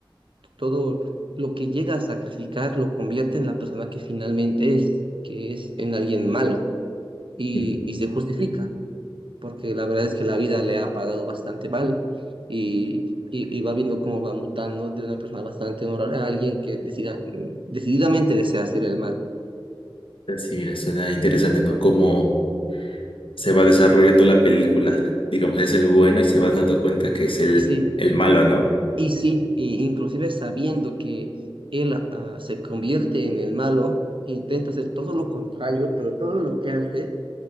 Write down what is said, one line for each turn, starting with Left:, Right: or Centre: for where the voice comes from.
Right: todo lo que llega a sacrificar, lo convierte en la persona que finalmente es, que es en alguien malo y,
Left: Mm.
Right: y se justifica. porque la verdad es que la vida le ha pagado bastante mal y, y- y va viendo cómo va mutando de una persona bastante honorable a alguien que decida, decididamente desea hacer el mal.
Left: Así, mira, suena interesante, ¿no? Cómo se va desarrollando la película. Digamos, es el bueno y se va dando cuenta que es el,
Right: Sí,
Left: el malo, ¿no?
Right: y sí, y inclusive sabiendo que él ah, se convierte en el malo, intenta hacer todo lo contrario, pero todo lo que hace